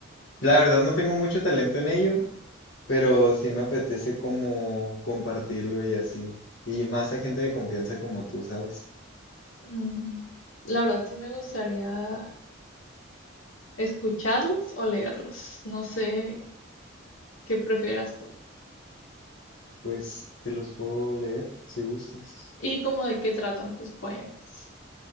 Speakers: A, on the left (about 70°); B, on the left (about 85°).
A: La verdad no tengo mucho talento en ello, pero sí me apetece como compartirlo y así. Y más a gente de confianza como tú, ¿sabes?
B: Mm, la verdad sí me gustaría escucharlos o leerlos. No sé qué prefieras tú.
A: Pues te los puedo leer si gustas.
B: ¿Y cómo de qué tratan tus poemas?